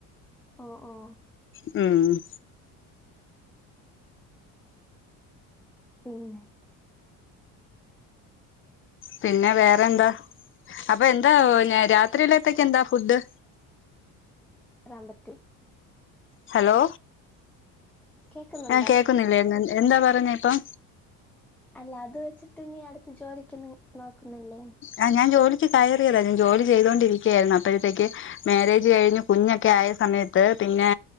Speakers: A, in the centre; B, on the left.
A: ഓ ഓ
B: ഉം
A: പിന്നെ
B: പിന്നെ വേറെ എന്താ അപ്പൊ എന്താ രാത്രിയിലേക്ക് എന്താ ഫുഡ്
A: ടാമ്പറ്റി
B: ഹലോ
A: കേക്കുന്നുണ്ടോ
B: ആ കേൾക്കുന്നില്ലേ എന്താ പറഞ്ഞ ഇപ്പം
A: അല്ല അത് വെച്ചിട്ട് നീ അടുത്ത് ജോലിക്കൊന്നും നോക്കുന്നില്ലേന്ന്
B: ആ ഞാൻ ജോലിക്ക് കയറിയതാ ഞാൻ ജോലി ചെയ്തൊണ്ടിരിക്കുകയായിരുന്നു അപ്പോഴത്തേക്ക് മാര്യേജ് കഴിഞ്ഞ് കുഞ്ഞൊക്കെ ആയ സമയത്ത് പിന്നെ